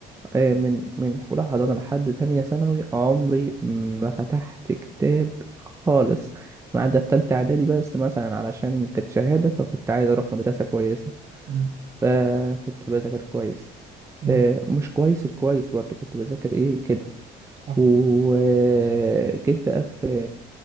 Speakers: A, on the right (about 15°); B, on the right (about 40°).
A: آه، من من أولى حضانة لحد تانية ثانوي عمري ما فتحت كتاب خالص ما عدا في تالتة إعدادي بس مثلا علشان كانت شهادة فكنت عايز أروح مدرسة كويسة
B: م-
A: فكنت بذاكر كويس
B: م-
A: آه، مش كويس الكويس برضه كنت بذاكر إيه كده
B: صح.
A: وجيت بقى في